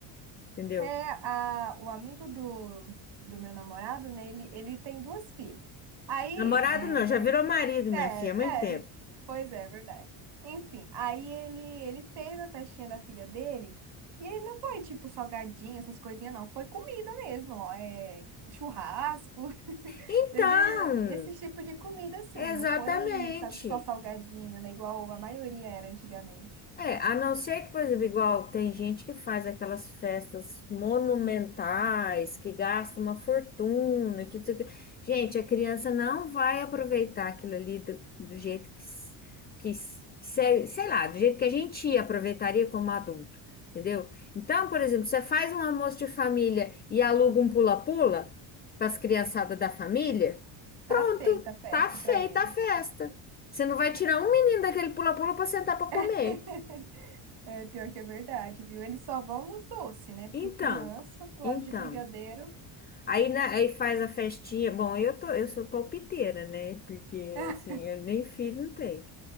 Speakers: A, on the left; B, on the right.
A: entendeu?
B: É, a, o amigo do, do meu namorado, né? Ele, ele tem duas filhas. Aí,
A: Namorado
B: é,
A: não, já virou marido,
B: É,
A: minha filha, há muito tempo.
B: é, pois é, é verdade. Enfim, aí ele, ele fez a festinha da filha dele, e ele não foi tipo salgadinho, essas coisinhas, não. Foi comida mesmo, ó, é, churrasco, <laughs>
A: Então,
B: teve esse tipo de comida, assim,
A: Exatamente.
B: não foi sa- só salgadinho, né? Igual a maioria era antigamente.
A: É, a não ser que, por exemplo, igual tem gente que faz aquelas festas monumentais, que gasta uma fortuna, que... não sei o quê. Gente, a criança não vai aproveitar aquilo ali do, do jeito que, s- que, s- que se- sei lá, do jeito que a gente aproveitaria como adulto, entendeu? Então, por exemplo, você faz um almoço de família e aluga um pula-pula para as criançadas da família, pronto,
B: Tá feita a festa
A: tá feita
B: pra eles.
A: a festa. Você não vai tirar um menino daquele pula-pula para sentar para comer.
B: <laughs> É pior que é verdade, viu? Eles só vão nos doces, né? Porque
A: Então,
B: criança, pro
A: então.
B: lado de brigadeiro.
A: Aí, né, aí faz a festinha. Bom, eu tô, eu sou palpiteira, né? Porque
B: <laughs>
A: assim, eu nem filho não tenho.